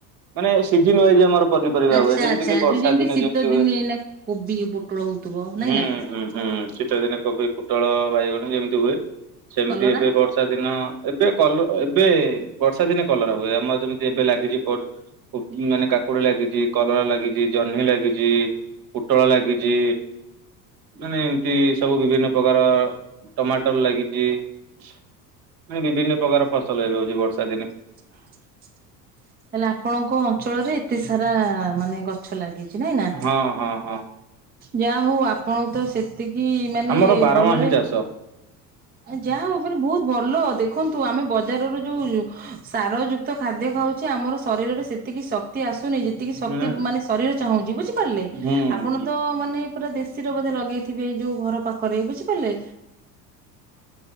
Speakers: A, on the right; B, on the right.
A: ମାନେ ସିଜିିନ ୱାଇଜ ଆମର। ପନିପରିବା
B: ଆଚ୍ଛା
A: ହୁଏ ଯେମିତି
B: ଆଚ୍ଛା
A: କିି ବର୍ଷା
B: ଯୋଉ ଯେମିତି
A: ଦିନେ
B: ଶୀତ
A: ଯେମତି
B: ଦିନେ
A: ହୁଏ
B: ଏଇନା କୋବି ପୋଟଳ ହଉଥିବ ନାଇଁ
A: ହୁଁ
B: ନା
A: ହୁଁ। ହୁଁ ଶୀତ ଦିନେ କୋବି ପୋଟଳ ବାଇଗଣ ଯେମିତି ହୁଏ ସେମିତି
B: କଲରା
A: ଏବେ ବ ର୍ଷା ଦିନ ଏବେ କଲ ଏବେ ବର୍ଷା ଦିନେ କଲର ହୁଏ ଆମର ଯେମିତି ଏବେ ଲାଗିଛି କୋଠ କୁକିଙ୍ଗି ମାନେ କାକୁଡି ଲାଗିଛି। କଲରା ଲାଗିଛି। ଜହ୍ନି ଲାଗିଛି। ପୋଟଳ ଲାଗିଛି। ମାନେ ଏମିତି ସବୁ ବିଭିନ୍ନ ପ୍ରକାର ଟମାଟର ଲାଗିଛି। ମାନେ ବିଭିନ୍ନ ପ୍ରକାର ଫସଲ ଏବେ ହେଉଛି ବର୍ଷା ଦିନେ।
B: ହଁ। ହେଲେ ଆପଣଙ୍କ ଅଞ୍ଚଳରେ ଏତେ ସାରା ମାନେ ଗଛ ଲାଗିଛି। ନାଇଁ ନା।
A: ହଁ ହଁ ହଁ
B: ଯାହା ହଉ ଆପଣଙ୍କୁ ତ ସେତିକି ମାନେ
A: ଆମର ବାରମାସୀ
B: ଭଲରେ
A: ଚାଷ।
B: ଯାହା ହଉ ମାନେ ବହୁତ ଭଲ। ଦେଖନ୍ତୁ ଆମେ ବଜାରରୁ ଯୋଉ ସାର ଯୁକ୍ତ ଖାଦ୍ୟ ଖାଉ ଆମ ଶରୀରରେ ସେତିକି ଶକ୍ତି ଆସୁନି ଯେତିକି ଶକ୍ତି
A: ନା
B: ମାନେ ଶରୀର ଚାହୁଁଛି। ବୁଝି ପାରିଲେ
A: ହୁଁ
B: ଆପଣ
A: ହୁଁ
B: ତ ମାନେ ପୁରା ଦେଶୀର ବୋଧେ ଲଗେଇଥିବେ। ଯୋଉ ଘର ପାଖ କରିବେ ବୁଝିପାରିଲେ।